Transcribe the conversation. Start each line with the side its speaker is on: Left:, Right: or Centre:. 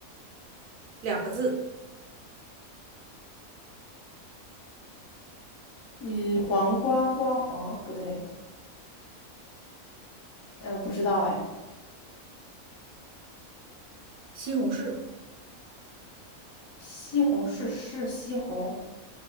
Right: 两个字，
Left: 嗯，黄瓜瓜黄不对，嗯、呃不知道哎，
Right: 西红柿。
Left: 西红柿是西红，